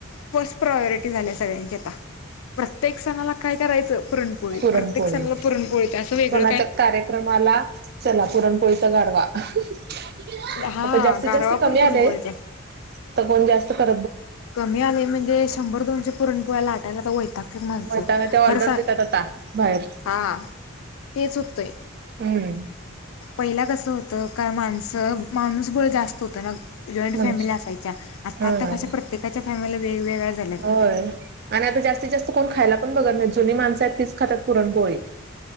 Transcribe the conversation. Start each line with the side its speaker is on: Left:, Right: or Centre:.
Left: फर्स्ट प्रायोरिटी झाले आ प्रत्येक सणाला काय करायचं पुरणपोळी
Right: पुरणपोळी
Left: प्रत्येक सणाला पुरणपोळी अस वेगळं -
Right: कार्यक्रमाला चला पुरणपोळीचा गाढवा <unintelligible>
Left: हा
Right: आता जास्तीत
Left: गारवा
Right: जास्त
Left: पण
Right: कमी
Left: पुरणपोळीचा.
Right: आलेय तर कोण जास्त कर!
Left: कमी आले म्हणजे शंभर दोनशे पुरण - तवा लाटायला तर वैतागत्यात माणसं
Right: मग त्या
Left: खर
Right: ऑर्डर
Left: सांग
Right: देतात आता बाहेर
Left: हां - तेच होतंय.
Right: हम्म
Left: पहिला कसं होतं का माणसं माणूसबळ जास्त होतं ना - जॉईंट
Right: म्हणूनच
Left: फॅमिली असायच्या आता
Right: हा
Left: -आता कशा प्रत्येकाच्या फॅमिला वेगवेगळ्या! झाल्यात
Right: होय आणि आता जास्तीत जास्त - कोण खायला पण बघत नाही जुनी माणस आहेत तीच खातात पुरणपोळी!